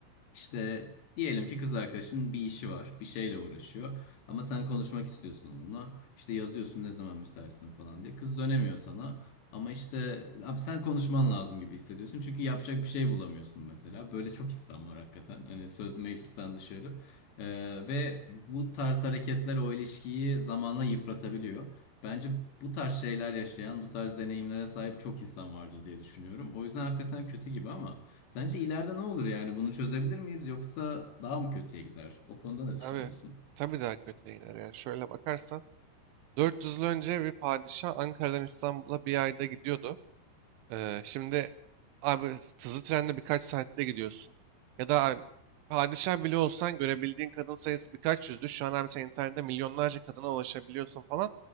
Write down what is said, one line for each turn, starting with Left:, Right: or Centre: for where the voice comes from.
Left: işte diyelim ki kız arkadaşın bir işi var, bir şeyle uğraşıyor ama sen konuşmak istiyorsun onunla. İşte yazıyorsun ne zaman müsaitsin falan diye. Kız dönemiyor sana ama işte abi sen konuşman lazım gibi hissediyorsun çünkü yapacak bir şey bulamıyorsun mesela. Böyle çok insan var hakikaten. Hani söz meclisten dışarı. Ee, ve bu tarz hareketler o ilişkiyi zamanla yıpratabiliyor. Bence bu tarz şeyler yaşayan, bu tarz deneyimlere sahip çok insan vardır diye düşünüyorum. O yüzden hakikaten kötü gibi ama Sence ileride ne olur yani? Bunu çözebilir miyiz yoksa daha mı kötüye gider? O konuda ne düşünüyorsun?
Right: Abi tabii daha kötüye gider yani. Şöyle bakarsan dört yüz yıl önce bir padişah Ankara'dan İstanbul'a bir ayda gidiyordu. Ee, şimdi abi hızlı trenle birkaç saatte gidiyorsun. Ya da abi, padişah bile olsan görebildiğin kadın sayısı birkaç yüzdü. Şu an abi sen internette milyonlarca kadına ulaşabiliyorsun falan.